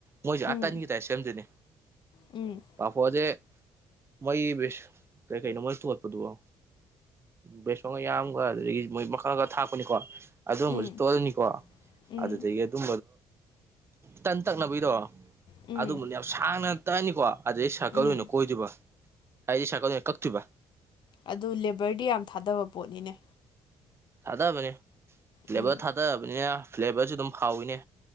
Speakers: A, on the right; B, on the left.
A: ꯃꯣꯏꯁꯦ
B: ꯎꯝ
A: ꯑꯥ ꯇꯟꯒꯤ ꯇꯥꯏ ꯁꯦꯝꯗꯣꯏꯅꯦ
B: ꯎꯝ
A: ꯄꯥꯐꯣꯔꯁꯦ ꯃꯣꯏ ꯕꯤꯁ ꯀꯩ ꯀꯩꯅꯣ ꯃꯣꯏ ꯊꯣꯠꯄꯗꯨꯕꯣ ꯕꯦꯁꯣꯟꯒ ꯌꯥꯝꯒ ꯑꯗꯨꯗꯒꯤ ꯃꯣꯏ ꯃꯈꯜꯒ ꯊꯥꯛꯄꯅꯤꯀꯣ ꯑꯗꯨꯝꯕꯁꯨ
B: ꯎꯝ
A: ꯇꯣꯠꯂꯅꯤꯀꯣ
B: ꯎꯝ
A: ꯑꯗꯨꯗꯒꯤ ꯗꯣ ꯇꯟ ꯇꯛꯅꯕꯒꯤꯗꯣ
B: ꯎꯝ
A: ꯑꯗꯨꯝꯕꯅ ꯌꯥꯝ ꯁꯥꯡꯅ ꯇꯛꯑꯅꯤꯀꯣ ꯑꯗꯩ ꯁꯥꯔꯀꯜ
B: ꯎꯝ
A: ꯑꯣꯏꯅ ꯀꯣꯏꯗꯣꯏꯕ ꯍꯥꯏꯗꯤ ꯁꯥꯔꯀꯜ ꯑꯣꯏꯅ ꯀꯛꯇꯣꯏꯕ
B: ꯑꯗꯨ ꯂꯦꯕꯔꯗꯤ ꯌꯥꯝ ꯊꯥꯗꯕ ꯄꯣꯠꯅꯤꯅꯦ
A: ꯊꯥꯗꯕꯅꯦ ꯂꯦꯕꯔ
B: ꯎꯝ
A: ꯊꯥꯗꯔꯕꯅꯤꯅ ꯂꯦꯕꯔꯁꯨ ꯑꯗꯨꯝ ꯍꯥꯎꯏꯅꯦ